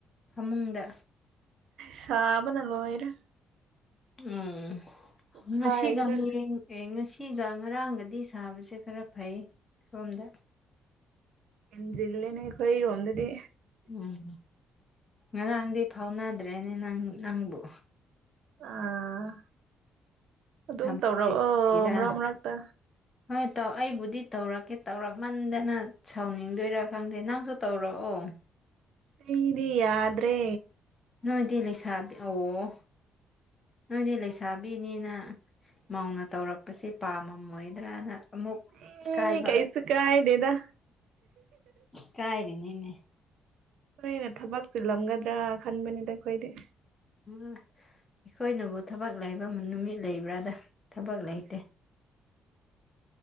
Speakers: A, on the left; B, on the right.
A: ꯐꯃꯨꯡꯗ
B: ꯁꯥꯕꯅ ꯂꯣꯏꯔꯦ
A: ꯎꯝ
B: ꯄꯣꯛꯈꯥꯏꯒꯗꯧꯔꯦ
A: ꯉꯁꯤꯒ ꯍꯌꯦꯡ ꯑꯦ ꯉꯁꯤ ꯁꯤꯒ ꯉꯔꯥꯡꯒꯗꯤ ꯁꯥꯕꯁꯦ ꯈꯔ ꯐꯩꯌꯦ ꯁꯣꯝꯗ
B: ꯍꯦꯟꯖꯤꯜꯂꯦꯅꯦ ꯑꯈꯣꯏ ꯔꯣꯝꯗꯗꯤ
A: ꯎꯝ ꯉꯔꯥꯡꯗꯤ ꯐꯥꯎꯅꯗ꯭ꯔꯦꯅꯦ ꯅꯪ ꯅꯪꯕꯨ
B: ꯑꯥ ꯑꯗꯨꯝ
A: ꯊꯕꯛ
B: ꯇꯧꯔꯛꯑꯣ
A: ꯆꯤꯟꯕꯒꯤꯔꯥ
B: ꯃꯔꯛ ꯃꯔꯛꯇ
A: ꯍꯣꯏ ꯇꯧ ꯑꯩꯕꯨꯗꯤ ꯇꯧꯔꯛꯀꯦ ꯇꯧꯔꯛꯃꯟꯗꯅ ꯁꯥꯎꯅꯤꯡꯗꯣꯏꯔꯥ ꯈꯪꯗꯦ ꯅꯪꯁꯨ ꯇꯧꯔꯛꯑꯣ <inaudible>
B: ꯔꯤꯡꯗꯤ ꯌꯥꯗ꯭ꯔꯦ
A: ꯅꯣꯏꯗꯤ ꯂꯩꯁꯥꯕꯤ ꯑꯣ ꯅꯣꯏꯗꯤ ꯂꯩꯁꯥꯕꯤꯅꯤꯅ ꯃꯥꯧꯅ ꯇꯧꯔꯛꯄꯁꯦ ꯄꯥꯝꯃꯝꯃꯣꯏꯗ꯭ꯔꯅ ꯑꯃꯨꯛ
B: ꯑꯦ
A: ꯏꯀꯥꯏꯕ
B: ꯀꯩꯁꯨ ꯀꯥꯏꯗꯦꯗ
A: ꯏꯀꯥꯏꯔꯤꯅꯤꯅꯦ
B: ꯅꯣꯏꯅ ꯊꯕꯛ ꯆꯤꯂꯝꯒꯗ꯭ꯔ ꯈꯟꯕꯅꯤꯗ ꯑꯩꯈꯣꯏꯗꯤ
A: ꯎꯞ ꯑꯩꯈꯣꯏꯅꯕꯨ ꯊꯕꯛ ꯂꯩꯕ ꯅꯨꯃꯤꯠ ꯂꯩꯕ꯭ꯔꯗ ꯊꯕꯛ ꯂꯩꯇꯦ